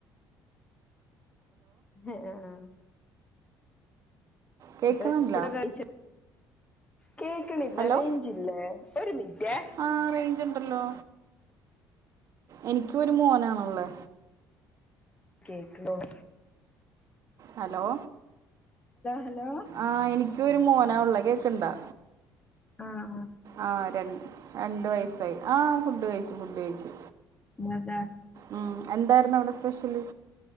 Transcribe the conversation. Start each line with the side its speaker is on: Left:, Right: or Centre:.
Left: ഹഹ ആ ആ
Right: കേൾക്കുന്നില്ല
Left: അപ്പേഫുടൊക്കെ കഴിച്ച കേക്കണില്ല
Right: ഹലോ
Left: റേഞ്ച്ല്ലേ ഒരു മിനിറ്റ്
Right: ആ റേഞ്ച് ഉണ്ടല്ലോ എനിക്കും ഒരു മോനാണല്ലേ
Left: കേക് ലോണ
Right: ഹലോ
Left: ഹലോ
Right: ആഹ എനിക്ക ഒരു മൂനാ ഉള്ളക്കെ കേൾക്കുന്നണ്ടാ
Left: ആഹ
Right: ആ രണ്ട വയസായി ആഹ ഫുഡ് കഴിച്ചു ഫുഡ് കഴിച്ചു
Left: ഇന്നെന്താ
Right: ഉം എന്തായിരുന്നു അവിടെ സ്പെഷ്യല്ി